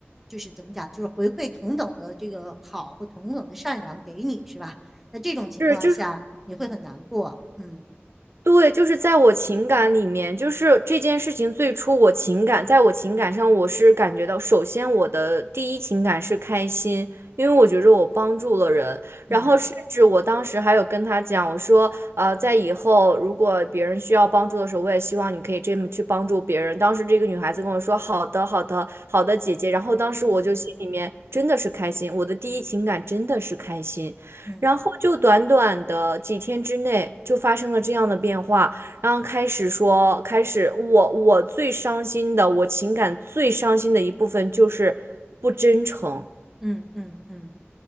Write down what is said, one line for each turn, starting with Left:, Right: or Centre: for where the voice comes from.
Centre: 就是怎么讲，就是回馈同等的这个好或同等的善良给你，是吧？那这种情况下你会很难过，
Right: 是，就是
Centre: 嗯
Right: 对，就是在我情感里面，就是这件事情最初我情感，在我情感上，我是感觉到，首先我的第一情感是开心，因为我觉着我帮助了人，然后甚至我当时还有跟他讲，
Centre: 嗯
Right: 我说，呃，在以后如果别人需要帮助的时候，我也希望你可以这么去帮助别人。当时这个女孩子跟我说，好的，好的，好的，姐姐。然后当时我就心里面真的是开心，
Centre: 嗯
Right: 我的第一情感真的是开心。
Centre: 嗯
Right: 然后就短短的几天之内就发生了这样的变化，然后开始说，开始我我最伤心的，我情感最伤心的一部分就是不真诚，
Centre: 嗯嗯嗯，